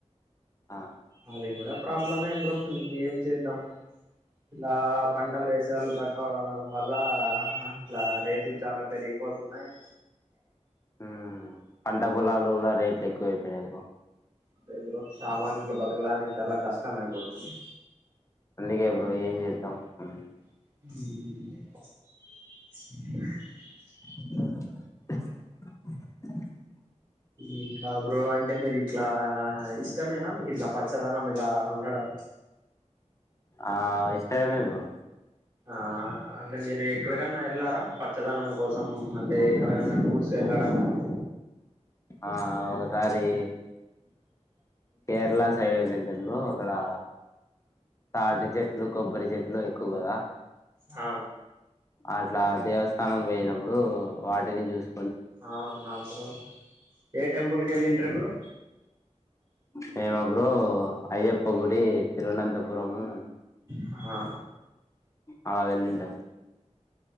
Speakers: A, on the left; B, on the right.
A: ఆ
B: అది గుడ ప్రాబ్లమే బ్రో ఇంకేం చేద్దాం ఇలా పంటలు ఏసెల్లు తక్కువ కావడం వల్లా ఇట్ల రేట్లు చాలా పెరిగిపోతున్నాయి
A: మ్మ్ పంట పొలాలు గుడా రేట్లు ఎకువ్ అయిపెయినై బ్రో
B: అంతే బ్రో సామాన్యులు బతకడానికి చాలా కష్టం అయిపోతుంది.
A: అందుకే బ్రో ఏం చేద్దాం ఉ
B: ఉమ్
A: <inaudible> <unintelligible>
B: ఇంకా బ్రో అంటే మీరు ఇట్లా ఇష్ ఇష్టమేనా మీక్ ఇట్ల పచ్చదనం ఇలా ఉండడం
A: ఆ ఇష్టం మే బ్రో
B: ఆ అంటే మీరు ఎక్కడికన్న ఎళ్ళారా పచ్చదనం కోసం అంటే ఎక్కడకన్న టూర్ చెల్లడంగాని
A: ఆ ఓ సారీ కేర్ళా సైడ్ వెళ్ళింటే ఉండలేమ్ అక్కడా తాటి చెట్లు కొబ్బరి చెట్లు ఎక్కువ కదా
B: హా
A: అట్లా దేవస్థానం పోయినప్పుడు వాటిని చూస్
B: అవునా బ్రో ఏ టెంపుల్కి ఎల్లింట్రి బ్రో
A: నేనా బ్రో అయ్యప్ప గుడి తిరువనంతపురము
B: హా
A: అలా వెళ్ళింట